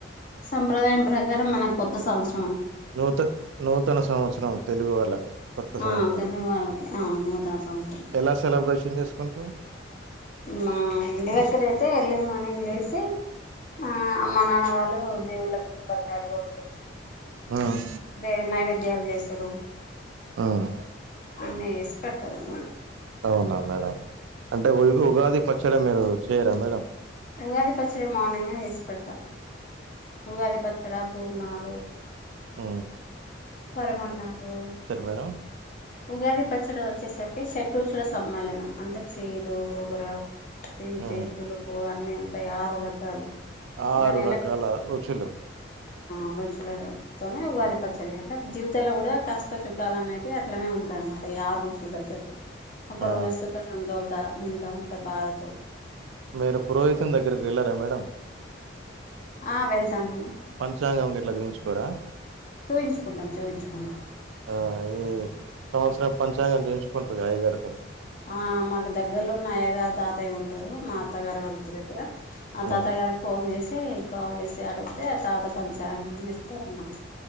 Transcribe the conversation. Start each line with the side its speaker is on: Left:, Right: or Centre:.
Left: సంప్రదాయం ప్రకారం మన కొత్త సంస్క
Right: నూత నూతన సంవత్సరం తెలుగు వాళ్ళలకు కొత్త
Left: ఆ
Right: సంవత్సరం
Left: తెలుగు
Right: అంట
Left: వాళ్ళకి అవును నూతన సంవత్సరం
Right: ఎలా సెలబ్రేషన్ చేసుకుంటారు
Left: మా ఇంటి దగ్గర అయితే ఎర్లీ మార్నింగ్ లేసి ఆ అమ్మ నాన్న వాళ్ళు దేవుళ్ళకి కొబ్బరికాయలు కొడుతారు
Right: ఉమ్,
Left: దే నైవేద్యాలు చేసూడు
Right: ఉమ్.
Left: అన్నీ చేస్తార్ పెడతారు అన్నమాట
Right: అవునా మేడం అంటే మీరు ఉగాది పచ్చడి మీరు చేయరా మేడం
Left: ఉగాది పచ్చడి మార్నింగే చేసి పెడతా ఉగాది పచ్చడ పూర్ణాలు
Right: ఊ
Left: పరమన్నాలు
Right: మేడం
Left: ఉగాది పచ్చడి వచ్చేసరికి షడ్రుచులు రుచుల సమ్మేళనం అంటే చేదు ఒగర తీపి
Right: ఆ
Left: పులుపు అన్నీ ఉంటై ఆరు రకాలు
Right: ఆరు
Left: దాని
Right: రకాల రుచులు
Left: ఆరుచులతోనే ఉగాది
Right: ఆ
Left: పచ్చడి అంటే జీవితంలో కూడా కష్ట చుఖాలు అనేది అట్లనే ఉంటాయిన్నమాట ఈ ఆరు రుచులకు తగ్గట్లు ఒక
Right: ఆ
Left: రోజు సుఖ సంతోలత ఉంటాం ఒక సారి బాధతో
Right: మీరు పురోహితుని దగ్గరకి వెళ్ళారా మేడం
Left: ఆ వెళ్తాంమండి
Right: పంచాంగం గిట్ల చూయించుకోరా
Left: చూయించుకుంటాం చూయించుకుంటాం
Right: ఆ ఈ సంవత్సరం పంచాంగం చూయించుకుంటరుగా అయ్యగారుతో
Left: ఆ మాకు దగ్గరలో ఉన్న అయ్యగారు తాతయ్య ఉంటారు మా అత్తగారు వాళ్ళ ఇంటి దగ్గర ఆ తాత
Right: మ్
Left: గారికి ఫోన్ చేసి కాల్ చేసి అడిగితే ఆ తాత పంచాంగం చెప్తారానమాట